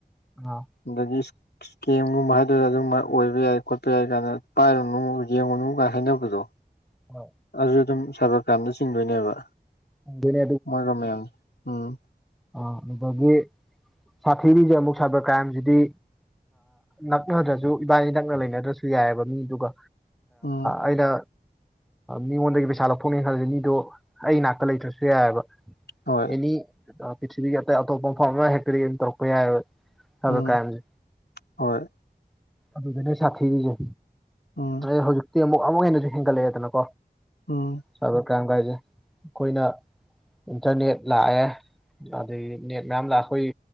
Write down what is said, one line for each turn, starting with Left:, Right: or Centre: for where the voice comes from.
Centre: ꯑ
Left: ꯗꯗꯤꯁ ꯀꯦꯝꯒꯨꯝꯕ ꯍꯥꯏꯗꯨꯔꯒ ꯑꯗꯨꯝ ꯑꯣꯏꯕ ꯌꯥꯏ ꯈꯣꯠꯄ ꯌꯥꯏ ꯀꯥꯏꯅ ꯄꯥꯏꯔꯨꯅꯨ ꯌꯦꯡꯉꯨꯅꯨ ꯀꯥꯏꯅ ꯍꯥꯏꯅꯕꯗꯣ
Centre: ꯍ
Left: ꯑꯗꯨ ꯑꯗꯨꯝ ꯁꯥꯏꯕꯔ ꯀ꯭ꯔꯥꯏꯝꯗ ꯆꯤꯡꯗꯣꯏꯅꯦꯕ
Centre: ꯆꯟꯗꯣꯏꯅꯦ
Left: ꯃꯣꯏꯒ ꯃꯌꯥꯝꯁꯦ ꯎꯝ
Centre: ꯑ ꯑꯗꯨꯗꯒꯤ ꯁꯥꯊꯤꯔꯤꯁꯦ ꯑꯃꯨꯛ ꯁꯥꯏꯕꯔ ꯀ꯭ꯔꯥꯏꯝꯁꯤꯗꯤ ꯅꯛꯅꯗ꯭ꯔꯁꯨ ꯏꯕꯥꯅꯤ ꯅꯛꯅ ꯂꯩꯅꯗ꯭ꯔꯁꯨ ꯌꯥꯏꯑꯕ ꯃꯤ ꯑꯗꯨꯒ
Left: ꯎꯝ
Centre: ꯑꯩꯅ ꯃꯤꯉꯣꯟꯗꯒꯤ ꯄꯩꯁꯥ ꯂꯧꯊꯣꯛꯅꯦꯅ ꯈꯜꯂꯁꯦ ꯃꯤꯗꯣ ꯑꯩ ꯅꯥꯛꯇ ꯂꯩꯇ꯭ꯔꯁꯨ ꯌꯥꯏꯑꯕ
Left: ꯍꯣꯏ
Centre: ꯑꯦꯅꯤ ꯄ꯭ꯔꯤꯊꯤꯕꯤꯒꯤ ꯑꯇꯩ ꯑꯇꯣꯞꯄ ꯃꯐꯝ ꯑꯃ ꯍꯦꯛꯇꯔꯤ ꯇꯧꯔꯛꯄ ꯌꯥꯏꯑꯕ ꯑꯗꯣ
Left: ꯎꯝ
Centre: ꯀꯥꯏꯝꯁ
Left: ꯍꯣꯏ
Centre: ꯑꯗꯨꯗꯤ ꯅꯣꯏ ꯁꯥꯊꯤꯒꯤꯁꯦ
Left: ꯑꯣ
Centre: ꯑꯩ ꯍꯧꯖꯤꯛꯇꯤ ꯑꯃꯨꯛ ꯑꯃꯨꯛ ꯍꯦꯟꯅꯁꯨ ꯍꯦꯟꯒꯠꯂꯛꯑꯦꯗꯅꯣ
Left: ꯑꯣ
Centre: ꯁꯥꯏꯕꯔ ꯀ꯭ꯔꯥꯏꯝ ꯀꯥꯏꯁꯦ ꯑꯩꯈꯣꯏꯅ ꯏꯟꯇꯔꯅꯦꯠ ꯂꯥꯛꯑꯦ ꯑꯗꯒꯤ ꯅꯦꯠ ꯃꯌꯥꯝ ꯂꯥꯛꯑꯦ ꯑꯩꯈꯣꯏ